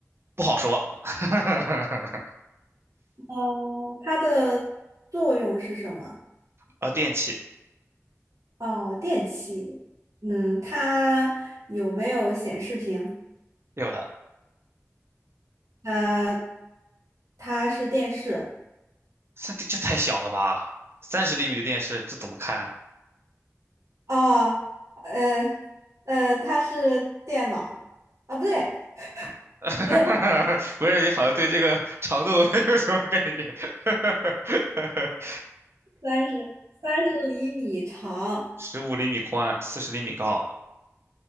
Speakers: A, on the right (about 50°); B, on the right (about 70°).
A: 不好说。<laughs>
B: 嗯，它的作用是什么？
A: 呃，电器
B: 哦，电器。嗯，它有没有显示屏？
A: 有的。
B: 呃，它是电视。
A: 这这太小了吧？三十厘米的电视，这怎么看？
B: 哦，呃，呃，它是电脑。啊，不对，
A: <laughs>
B: 不对，
A: 不是，你好像对这个长度没有什么概念。<laughs>
B: 三十三十厘米长，
A: 十五厘米宽，四十厘米高。